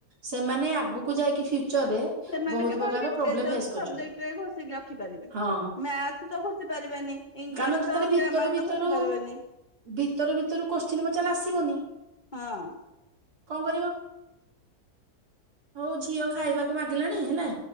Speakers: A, on the right; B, on the left.
A: ସେମାନେ ଆଗକୁ ଯାଇକି ଫ୍ୟୁଚରରେ
B: ସେମାନେ
A: ବହୁତ
B: କେବଳ
A: ପ୍ରକାର
B: ଲିଟ୍ରେଚର
A: ପ୍ରୋବ୍ଲେମ ଫେସ୍ କରୁଛନ୍ତି
B: ସବଜେକ୍ଟରେ ଘଷିକି ରଖିପାରିବେ
A: ହଁ
B: ମ୍ୟାଥ ତ ଘୋଷି ପାରିବେନି ଇଂଲିଶ
A: କାରଣ ଯେତେବେଳେ
B: ତ
A: ଭିତରୁ
B: ଗ୍ରାମାର
A: ଭିତରୁ
B: ତ ଘୋଷି ପାରିବେନି
A: ଭିତରୁ ଭିତରୁ କୋତ୍ସିନ୍ ଚାଲ ଆସିବନି
B: ହଁ।
A: କଣ କରିବ? ହୋଉ ଝିଅ ଖାଇବାକୁ ମାଗିଲାଣି ହେଲା